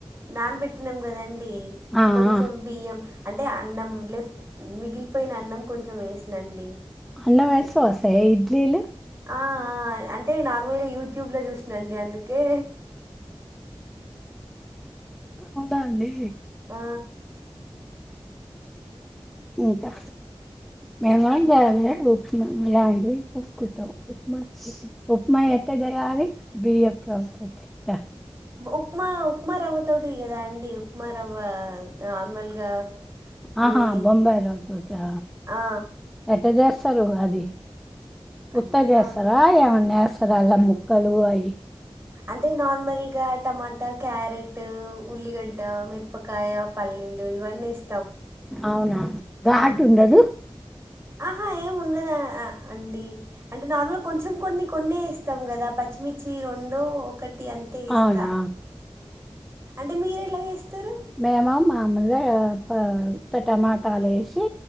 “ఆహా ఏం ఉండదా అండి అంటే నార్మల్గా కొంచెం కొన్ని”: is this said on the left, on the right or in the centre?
Right